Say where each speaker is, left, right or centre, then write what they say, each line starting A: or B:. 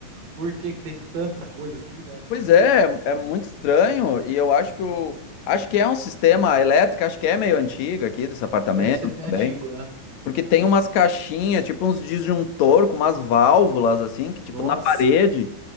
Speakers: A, on the right; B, on the left.
A: Por que que tem tanta coisa assim, né?
B: Pois é, é muito estranho e eu acho que o acho que é um sistema elétrico, acho que é meio antigo aqui desse apartamento
A: Deve ser meio
B: também,
A: antigo, né?
B: porque tem umas caixinhas, tipo uns disjuntor com umas válvulas assim, que tipo
A: Nossa,
B: na parede,